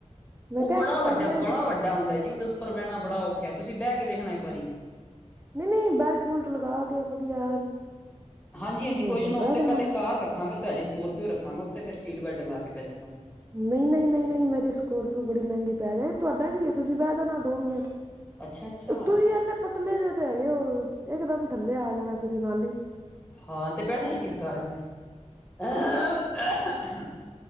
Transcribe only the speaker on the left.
ਉਹ
ਬੜਾ-
ਵੱਡਾ, ਬੜਾ- ਵੱਡਾ ਹੁੰਦਾ ਜੀ, ਉਹਦੇ ਉੱਪਰ ਬਹਿਣਾ ਬੜਾ ਔਖਾ ਹੈ, ਤੁਸੀਂ ਬਹਿ ਕੇ ਵੇਖਣਾ ਇੱਕ ਵਾਰੀ।
ਹਾਂਜੀ-ਹਾਂਜੀ
ਕੋਈ
ਨੀ ਮੈਂ
ਉੱਤੇ
ਪਹਿਲੇ ਕਾਰ ਰੱਖਾਂਗਾ, ਤੁਹਾਡੀ ਸਕੋਰ ਏ ਰੱਖਾਂਗਾ ਉੱਥੇ, ਫਿਰ ਸੀਟ ਬੈਲਟ ਲਾ ਕੇ ਬਹਿ ਜਾਂਗਾ।
ਅੱਛਾ-ਅੱਛਾ
ਹਾਂ ਤੇ ਬਹਿਣਾ ਕਿਸ ਕਾਰਨ ਫਿਰ ਅ